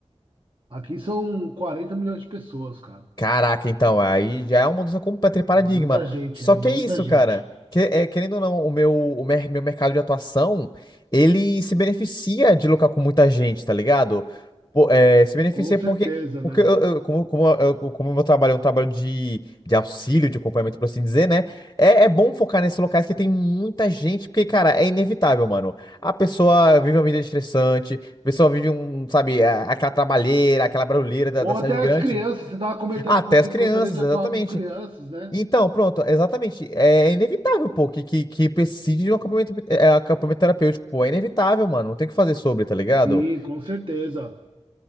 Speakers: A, on the right; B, on the left.
A: Aqui são quarenta milhões de pessoas, cara.
B: Caraca, então, aí já é uma mudança completa de paradigma.
A: É muita gente,
B: Só
A: é muita
B: que é isso,
A: gente.
B: cara. Que- é, querendo ou não, o meu, o mer- meu mercado de atuação, ele se beneficia de lucrar com muita gente, tá ligado? Po- é, se beneficia
A: Com certeza,
B: porque, porque
A: né?
B: eu- eu- como, como, eu- como o meu trabalho é um trabalho de, de auxílio, de acompanhamento, por assim dizer, né? É, é bom focar nesses locais que tem muita gente, porque, cara, é inevitável, mano. A pessoa vive uma vida estressante, a pessoa vive um, sabe, a- aquela trabalheira, aquela barulheira da,
A: Ou
B: da cidade
A: até as
B: grande.
A: crianças, você estava comentando
B: Até
A: que você
B: as crianças,
A: gostaria de
B: exatamente.
A: atuar com crianças, né?
B: Então, pronto, exatamente. É inevitável, pô, que, que, que precise de um acampamento, é, acampamento terapêutico, pô. É inevitável, mano. Não tem o que fazer sobre, tá ligado?
A: Sim, com certeza.